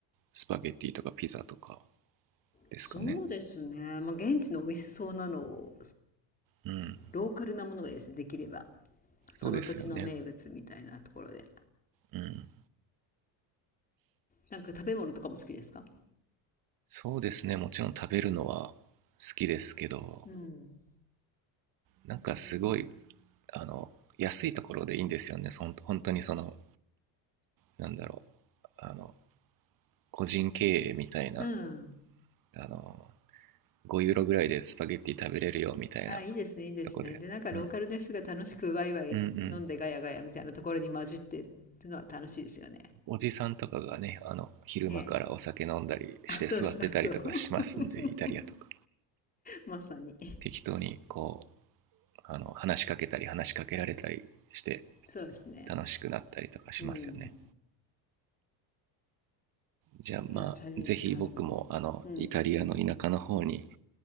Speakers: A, on the right; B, on the left.
A: スパゲッティとかピザとかですかね。
B: そうですね、まあ、現地の美味しそうなのを
A: うん。
B: ローカルなものがいいですねできればその土地の名物みたいなところで
A: そうですよね。うん。
B: なんか食べ物とかも好きですか
A: そうですね。もちろん食べるのは好きですけど、
B: うん。
A: なんかすごい、あの、安いところでいいんですよね。そん本当にその、なんだろう、あの、個人経営みたいな、
B: うん。
A: あの、5ユーロぐらいでスパゲッティ食べれるよみたいな
B: あ、いいですね、いいですね。
A: とこで。
B: で、なんかローカルの人が楽しくワイワイ飲んでガヤガヤみたいなところに混じってるのは楽しいですよね。
A: うん。うんうん。おじさんとかがね、あの、昼間からお酒飲んだりして座ってたりとかしますんで、
B: ねえ。あ、そうそうそう。<laughs>
A: イタリアとか。
B: まさに。
A: 適当にこう、あの、話しかけたり話しかけられたりして
B: そうですね。
A: 楽しくなったりとかしますよね。
B: うん。
A: じゃあまあ、
B: いやー、旅に感じ。
A: ぜひ僕もあの、
B: うん。
A: イタリアの田舎の方に